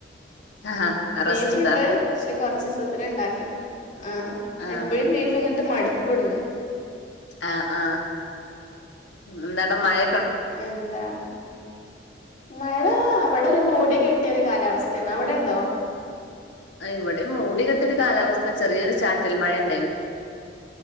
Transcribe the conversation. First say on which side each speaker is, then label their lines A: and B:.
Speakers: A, on the left; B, on the left.
A: ആഹ്
B: ബീഫ്ണ്ട്
A: റസ്റ്റ്ത്താ
B: ഷേ കൊറച്ച് ഇസത്തിന് ഇണ്ടാക്കണ് ആ
A: ആഹ്
B: എപ്പഴും ബീഫ് തി ന്നിട്ട് മട്പ്പെടെങ്ങാ
A: ആഹ്‌ ആ എന്താണ് മയ
B: എന്താ മഴ അവടെ ഒരു മൂടി കെട്ടിയൊരു കാലാവസ്ഥയാണ് അവിടെണ്ടോ
A: ഇവടെയും മൂടികെട്ടിയൊരു കാലാവസ്ഥ ചെറിയൊരു ചാറ്റാൽ മഴയെണ്ടയെനു